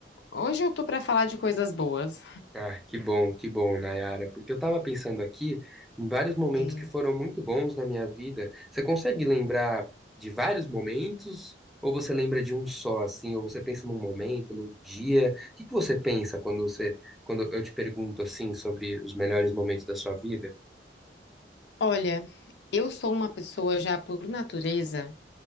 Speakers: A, on the left (about 70°); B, in the centre.
A: hoje eu tô pra falar de coisas boas.
B: Ah, que bom, que bom, Nayara, porque eu tava pensando aqui em vários momentos
A: Sim.
B: que foram muito bons na minha vida. Você consegue lembrar de vários momentos ou você lembra de um só assim, ou você pensa num momento, num dia? O que que você pensa quando você quando eu te pergunto assim sobre os melhores momentos da sua vida?
A: Olha, eu sou uma pessoa já por natureza